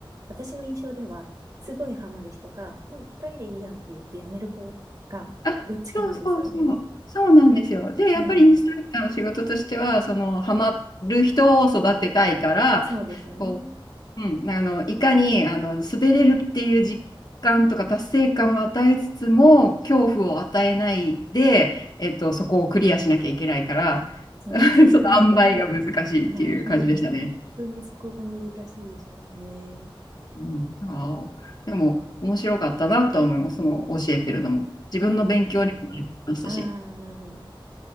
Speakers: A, on the right; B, on the left.
A: 私の印象では、すごいハマる人か、もう一回でいいやって言ってやめる子が、
B: あ、
A: どっちかなんですよね。
B: そうそうそう。そうなんですよ。で、やっぱりインストラクターの仕事としては、
A: うん。
B: その、ハマる人を育てたいから、
A: そうですよね。
B: こううん、あの、いかに、あの、滑れるっていう実感とか達成感を与えつつも、恐怖を与えないで、えっと、そこをクリアしなきゃいけないから、
A: そうですよね。
B: <laughs> その塩梅が難しいっていう感じでしたね。
A: いや、本当にそこが難しいでしょうね。
B: うん、あーでも、面白かったなとは思います。その、教えてるのも。自分の勉強にもなりましたし。
A: うん。ああ、なるほど。